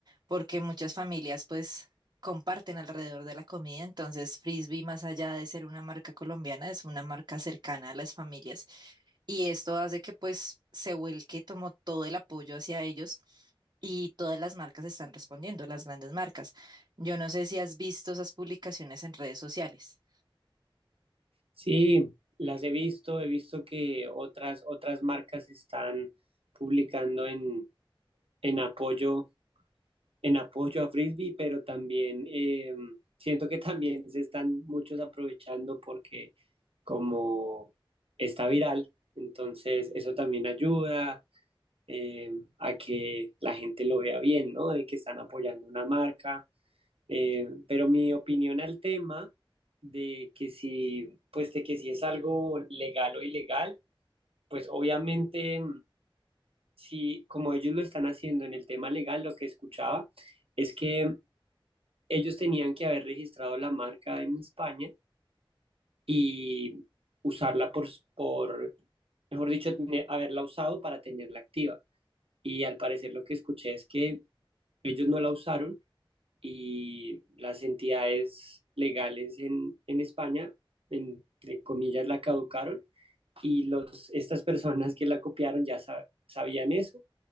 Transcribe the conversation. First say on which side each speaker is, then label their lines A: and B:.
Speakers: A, on the right; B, on the right.
A: porque muchas familias pues comparten alrededor de la comida, entonces Frisbee más allá de ser una marca colombiana es una marca cercana a las familias y esto hace que pues Seúl, que tomó todo el apoyo hacia ellos y todas las marcas están respondiendo, las grandes marcas. Yo no sé si has visto esas publicaciones en redes sociales.
B: Sí, las he visto, he visto que otras, otras marcas están publicando en, en apoyo, en apoyo a Frisbee, pero también eh, siento que también se están muchos aprovechando porque como está viral, entonces eso también ayuda. eh, a que la gente lo vea bien, ¿no? De que están apoyando una marca. Eh, pero mi opinión al tema de que si, pues de que si es algo legal o ilegal, pues obviamente, mm, si como ellos lo están haciendo en el tema legal, lo que escuchaba es que ellos tenían que haber registrado la marca en España y usarla por, por mejor dicho, tener- haberla usado para tenerla activa. Y al parecer lo que escuché es que Ellos no la usaron y las entidades legales en, en España, en- entre comillas, la caducaron y los, estas personas que la copiaron ya sa- sabían eso